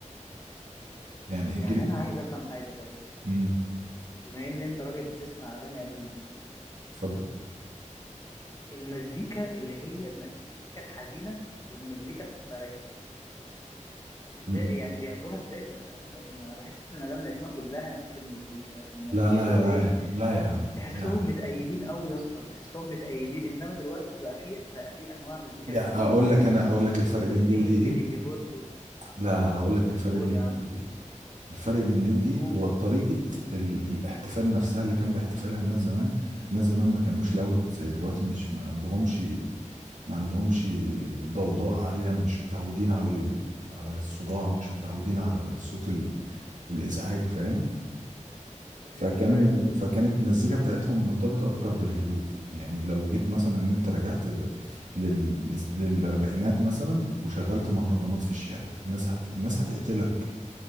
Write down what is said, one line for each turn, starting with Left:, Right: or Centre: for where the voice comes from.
Right: يعني
Left: يعني
Right: الجيل الج-
Left: انا عايز افهم حاجة طيب
Right: امم
Left: بما ان انت راجل بتسمع اغاني قديمه
Right: اتفضل
Left: المزيكا اللي هي المزيكا الحزينه والمزيكا الفرايحي ازاي
Right: م-
Left: يعني بيعملوها ازاي في الاغاني القديمه انا بحس ان الاغاني القديمه كلها نفس المزيكا يعني ما
Right: لا
Left: فيش
Right: لا
Left: اللي هو
Right: لا
Left: ايه
Right: يا- لا يا عم
Left: تحسهم
Right: لا يا عم
Left: متأيدين قوي يا اسطى تحسهم متأيدين انما دلوقتي بقى في بقى في انواع مزيكا
Right: يعني
Left: كتير
Right: اقول لك انا اقول لك الفرق
Left: وفي
Right: بين دي ودي
Left: الميدي
Right: ايه
Left: كيبورد و-
Right: لا لا هقول لك الفرق
Left: قول
Right: بين
Left: يا عم
Right: دي ودي ايه الفرق بين دي ودي
Left: قول
Right: هو طريقه ال... الاحتفال نفسها اللي كان بيحتفلها الناس زمان الناس زمان ما كانوش لاود زي دلوقتي مش ما عندهمش ما عندهمش ضوضاء عالية مش متعودين على ال- على الصداع مش متعودين على الصوت ال- الإزعاج فاهم
Left: امم
Right: فكانوا
Left: فاهم
Right: فكانت المزيكا بتاعتهم مرتبطة أكتر بالهدوء يعني لو جيت مثلا إن أنت رجعت ب... لل... لس- للأربعينات مثلا وشغلت مهرجانات في الشارع الناس هت... الناس هتقتلك